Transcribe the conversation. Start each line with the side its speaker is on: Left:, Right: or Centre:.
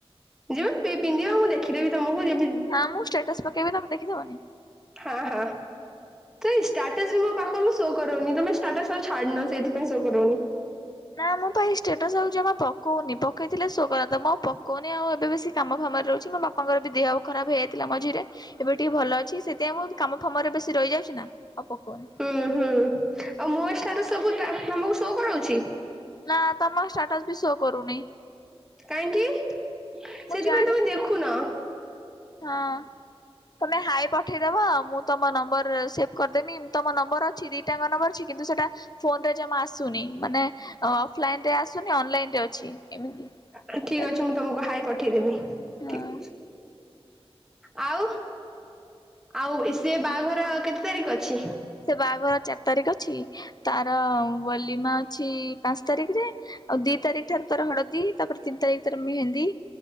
Centre: ଯେବେ ପି ପିନ୍ଧିବ ମୁଁ ଦେଖିଦେବି ତମକୁ ଯେବେ
Left: ଆଁ ମୁଁ ଷ୍ଟେଟସ ପକେଇବି ତମେ ଦେଖିଦବନି?
Centre: ହଁ ହଁ। ସେଇ ଷ୍ଟାଟସ୍ ମୋ ପାଖକୁ ଶୋ କରୁନି ତମେ ଷ୍ଟାଟସ୍ ଆଉ ଛାଡୁନ ସେଇଥିପାଇଁ ଶୋ କରୁନି।
Left: ନା ମୁଁ ପା ଏଇ ଷ୍ଟେଟସ ଆଉ ଯମା ପକଉନି ପକେଇଥିଲେ ଶୋ କରନ୍ତା ମୁଁ ଆଉ ପକ କୁହନି ଆଉ ଏବେ ବେଶି କାମ ଫାମରେ ରହୁଛି ମୋ ବାପାଙ୍କର ବି ଦେହ ଖରାପ ହେଇଯାଇଥିଲା ମଝିରେ ଏବେ ଟିକେ ଭଲ ଅଛି ସେ ତେ ବହୁତ୍ କାମ ଫାମ ରେ ବେଶି ରହିଯାଉଛି ନା ଆଉ ପକଉନି।
Centre: ହୁଁ ହୁଁ ଆଉ ମୋ ଷ୍ଟାଟସ୍ ସବୁ ତା ତମକୁ ସୋ କରଉଛି?
Left: ନାଁ ତମ ଷ୍ଟାଟସ୍ ବି ସୋ କରୁନି।
Centre: କାହିଁକି
Left: ମୁଁ
Centre: ସେଥିପାଇଁ
Left: ଜାଣେ
Centre: ତମେ ଦେଖୁନ।
Left: ହଁ। ତମେ ହାଏ ପଠେଇଦବ ମୁଁ ତମ ନମ୍ବର ରେ ସେଭ୍ କରିଦେବି ତମ ନମ୍ବର ଅ ଛି ଦିଟା ଙ୍କ ନମ୍ବର ଅଛି କିନ୍ତୁ ସେଟା ଫୋନରେ ଜମା ଆସୁନି ମାନେ ଅଫଲାଇନ ରେ ଆସୁନି ଅନଲାଇନରେ ଅଛି ଏମିତି।
Centre: ଆ ଠିକ୍
Left: ହେଲା
Centre: ଅଛି ମୁଁ ତମକୁ ହାଏ ପଠେଇଦେବି
Left: ହଁ
Centre: ଠିକ୍ ଅଛି। ଆଉ ଆଉ ଇ ସିଏ ବାହାଘର କେତେ ତାରିଖ ଅଛି?
Left: ସେ ବାହାଘର ଚାରି ତାରିଖ ଅଛି ତାର ବଲିମା ଅଛି ପାଞ୍ଚ ତାରିଖରେ। ଆଉ ଦି ତାରିଖ ଠାରୁ ତାର ହଳଦୀ ତାପରେ ତିନି ତାରିଖ ତର ମେହେନ୍ଦୀ।